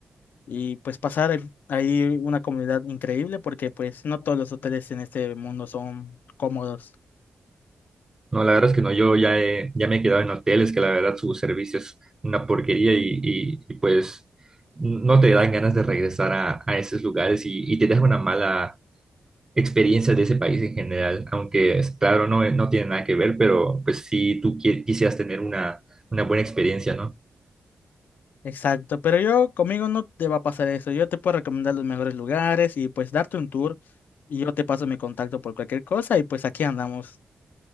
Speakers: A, on the left (about 80°); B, on the right (about 20°).
A: y pues pasar ahí ahí una comunidad increíble porque pues no todos los hoteles en este mundo son cómodos.
B: No, la verdad es que no, yo ya, he- ya me he quedado en hoteles que la verdad su servicio es una porquería y, y- y, pues no te dan ganas de regresar a, a esos lugares y, y te deja una mala experiencia de ese país en general, aunque es claro, no, no tiene nada que ver, pero pues si tú qui- quisieras tener una, una buena experiencia, ¿no?
A: Exacto, pero yo conmigo no te va a pasar eso. Yo te puedo recomendar los mejores lugares y pues darte un tour y yo te paso mi contacto por cualquier cosa y pues aquí andamos.